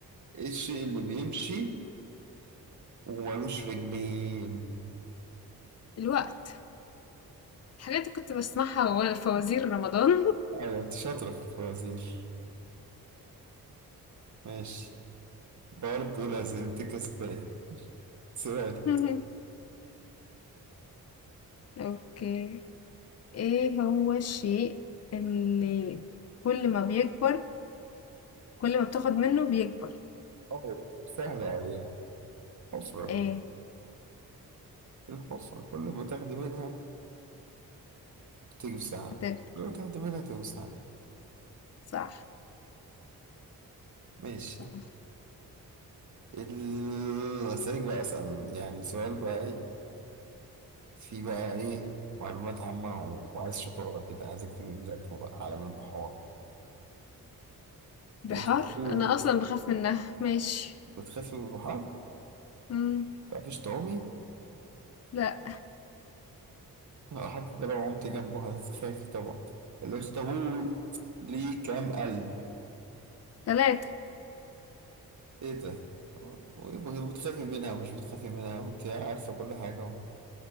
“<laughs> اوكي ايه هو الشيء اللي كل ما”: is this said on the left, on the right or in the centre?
Left